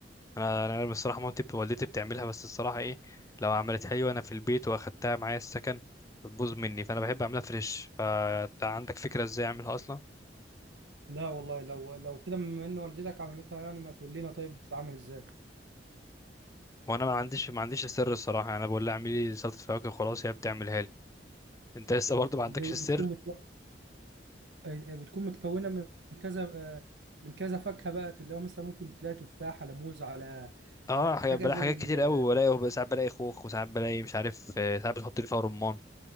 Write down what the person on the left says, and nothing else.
انا انا بصراحة مامتي ب- والدتي بتعملها بس الصراحة ايه لو عملت حلوة انا في البيت واخدتها معايا السكن هتبوظ مني فانا بحب اعملها فريش فانت عندك فكرة ازاي اعملها اصلا
ما انا ما عنديش ما عنديش السر الصراحة يعني انا بقول لها اعملي لي سلطة فواكه خلاص هي بتعملها لي انت لسه برضه ما عندكش
السر
اه
حاجة-
بلاقي
حاجات
كتير قوي وبلاقي ساعات بلاقي خوخ وساعات بلاقي مش عارف آه، ساعات بتحط لي فيها رمان